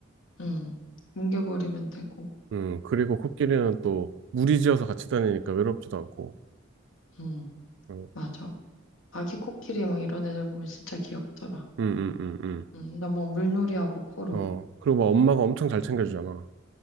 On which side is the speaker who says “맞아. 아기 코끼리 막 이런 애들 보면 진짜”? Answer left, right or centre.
Left